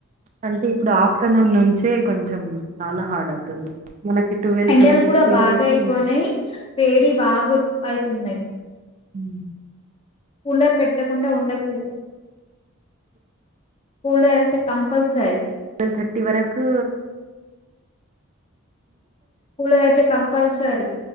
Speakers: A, on the right; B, on the left.
A: అంటే ఇప్పుడు ఆఫ్టర్నూన్ నుంచే కొంచెం చాలా హార్డ్ అవుతుంది మనకి
B: ఎండలు కూడా బాగా
A: వరకు
B: అయిపోయినాయి వేడి బాగా అయి తిన్నై
A: హ్మ్
B: కూలర్ పెట్టకుండా ఉండట్లేదు కూలర్ అయితే కంపల్సరి
A: ట్వెల్వ్ థర్టీ వరకు
B: కూలర్ అయితే కంపల్సరీ